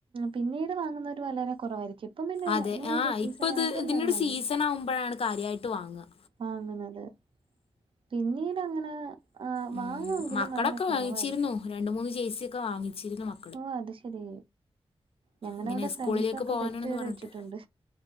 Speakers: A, on the right; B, on the left.
A: പിന്നീട് വാങ്ങുന്നവർ വളരെ കുറവായിരിക്കും ഇപ്പം പിന്നെ
B: അതെ
A: ഈ
B: ആഹ്
A: ഒരു സീസൺ
B: ഇപ്പൊ ഇത്
A: ആയോണ്ട് എല്ലാരും
B: ഇതിനരു
A: വാങ്ങും
B: സീസൺ ആവുമ്പോഴാണ് കാര്യമായിട്ട് വാങ്ങുക
A: വാങ്ങുന്നത് പിന്നീട് അങ്ങനെ ആഹ്
B: ഉം
A: വാങ്ങുങ്കിലും
B: മക്കളൊക്കെ
A: വളരെ കുറവായിരിക്കും
B: വാങ്ങിച്ചിരുന്നു രണ്ട് മൂന്ന് ജെഴ്സിയൊക്കെ വാങ്ങിച്ചിരുന്നു മ
A: ഓഹ് അത് ശെരി ഞങ്ങളുടെ
B: ഇങ്ങനെ
A: അവിടെ
B: സ്കൂളിലേക്ക്
A: ഫ്രണ്ട്സൊക്കെ
B: പോകാനാണെന്ന്
A: ബെറ്റ് വരെ
B: പറഞ്ഞിട്ട്
A: വെച്ചിട്ടുണ്ട്